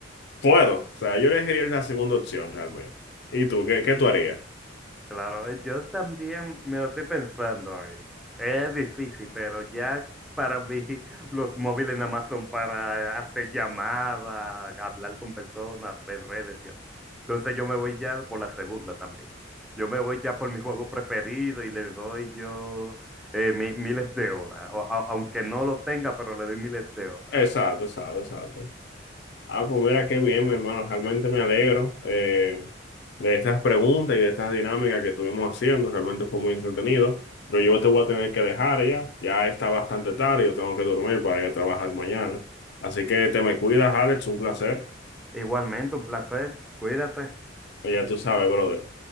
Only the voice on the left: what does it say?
puedo. O sea, yo elegiría la segunda opción realmente. ¿Y tú? ¿Qué, qué tú harías?
Exacto, exacto, exacto. Ah, pues mira qué bien, mi hermano. Realmente me alegro eh, de estas preguntas y de estas dinámicas que estuvimos haciendo. Realmente fue muy entretenido. Pero yo te voy a tener que dejar ya. Ya está bastante tarde. Yo tengo que dormir para ir a trabajar mañana. Así que te me cuidas, Alex. Un placer.
Ya tú sabes, brother.